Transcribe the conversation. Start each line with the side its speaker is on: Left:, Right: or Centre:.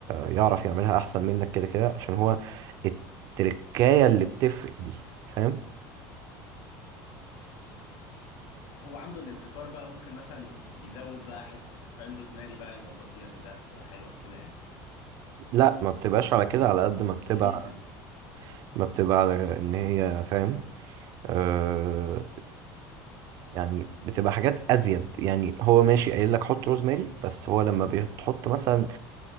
Right: يعرف يعملها احسن منك كده كده عشان هو التركاية اللي بتفرق دي فاهم
Left: هو عنده الابتكار بقى ممكن مثلا ي- يزود بقى حتة فاهم روزماري بقى يظبط بيها البتاع فتبقى حلوة كده يعني
Right: لا ما بتبقاش على كده على قد ما بتبقى
Left: كرييتيف
Right: ما بتبقى على ان هي فاهم آه يعني بتبقى حاجات ازيد يعني هو ماشي قايل لك حط روزماري بس هو لما بتحط مثلا